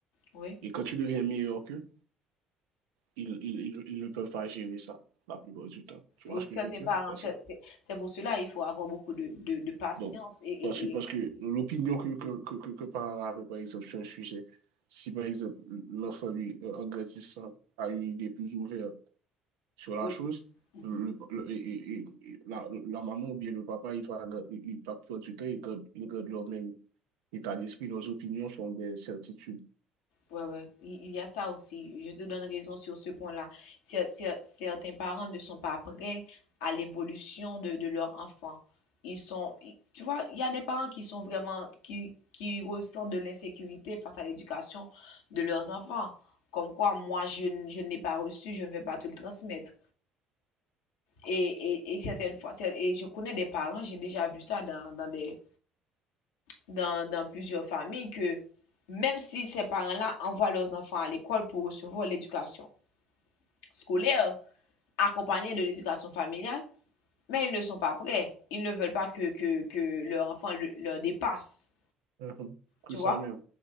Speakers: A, on the left; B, on the right.
A: oui.
B: Et quand tu deviens meilleur qu'eux, ils, ils, ils, ils ne peuvent pas gérer ça la plupart du temps. Tu vois
A: Oui,
B: ce que
A: certains
B: je veux dire?
A: parents,
B: Parce
A: c'est
B: que,
A: c'est- c'est pour cela il faut avoir beaucoup de, de, de patience
B: donc,
A: et, et,
B: parce que, parce
A: et-
B: que l'opinion que, que, que, que, que parents avaient, par exemple, sur un sujet, si par exemple l'enfant, lui, euh, en grandissant, a une idée plus ouverte sur la
A: ou-
B: chose,
A: mhm.
B: le, le- et- et- et et la, la maman ou bien le papa, il va, il il va prendre du temps, il garde, il garde leur même état d'esprit, leurs opinions sont des certitudes.
A: Ouais, ouais, il il y a ça aussi. Je te donne raison sur ce point-là. Cer- cer- Certains parents ne sont pas prêts à l'évolution de, de leur enfant. Ils sont, ils- tu vois, il y a des parents qui sont vraiment, qui, qui ressentent de l'insécurité face à l'éducation de leurs enfants. Comme quoi, moi, je, n- je ne l'ai pas reçu, je ne vais pas te le transmettre. Et, et, et certaines fois, cer- et je connais des parents, j'ai déjà vu ça dans, dans des dans, dans plusieurs familles que même si ces parents-là envoient leurs enfants à l'école pour recevoir l'éducation scolaire accompagnée de l'éducation familiale, mais ils ne sont pas prêts. Ils ne veulent pas que, que, que leur enfant le- leur dépasse,
B: Mhm.
A: tu
B: C'est ça
A: vois?
B: même.